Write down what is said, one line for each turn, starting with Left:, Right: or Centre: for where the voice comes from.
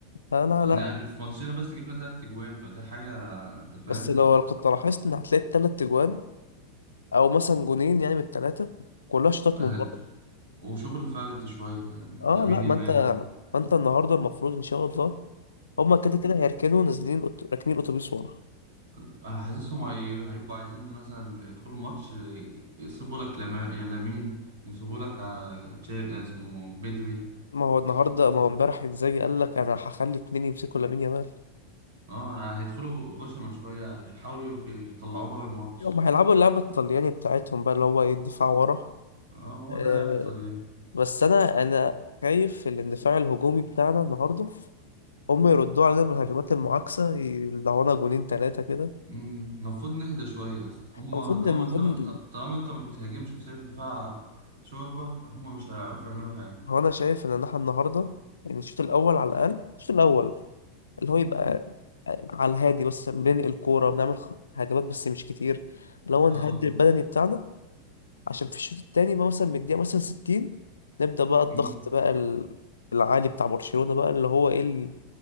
Left: لا لا لا
Right: يعني في ماتشنا بس جبنا ثلاث تجوان فدي حاجه انت فاهم
Left: بس لو كنت لاحظت ان هتلاقي التلات تجوان او مثلا جونين يعني من التلاتة كلها شوطات
Right: آه،
Left: من بره
Right: وشغل فردي شويه يعني
Left: اه
Right: لامين
Left: لا ما
Right: يامال
Left: انت ما انت النهارده المفروض ان شاء الله هما كده كده هيركنوا نازلين أت- راكنين اتوبيس ورا
Right: انا حاسسهم هي- هيبقوا عايزين مثلا يدخلوا الماتش ي- يسيبوا لك لما... يا لامين يسيبوا لك ع- تشي- اسمه بدري
Left: ما هو النهارده
Right: ي-
Left: ما هو امبارح انزاجي قال لك انا هخلي اتنين يمسكوا لامين يامال
Right: اه هيدخلوا غشمة شوية يحاولوا يطلعوا بره الماتش
Left: هم هيلعبوا اللعبة الطلياني بتاعتهم بقى اللي هو ايه الدفاع ورا
Right: اه ما هو
Left: أه
Right: ده لعب الطليان
Left: بس انا انا خايف الاندفاع الهجومي بتاعنا النهارده هم يردوا علينا بالهجمات المعاكسة يدعونا جونين تلاتة كده
Right: أمم، المفروض نهدى شوية يا اسطى هما
Left: المفروض
Right: طالما
Left: إن- المفروض
Right: انت ط-
Left: إن-
Right: طالما انت ما بتهاجمش وسايب الدفاع شوربة هما مش هيعرفوا يعملوا حاجة
Left: هو انا شايف ان احنا النهارده يعني الشوط الاول على الاقل الشوط الاول اللي هو
Right: أمم،
Left: يبقى آه، على الهادي بس بننقل الكورة بنعمل خ- هجمات بس مش كتير لو
Right: اه
Left: نهدي البدني بتاعنا عشان في الشوط التاني بقى مثلا من الدقيقة مثلا 60 نبدأ بقى الضغط
Right: أمم.
Left: بقى ال- العالي بتاع برشلونة بقى اللي هو ايه ال-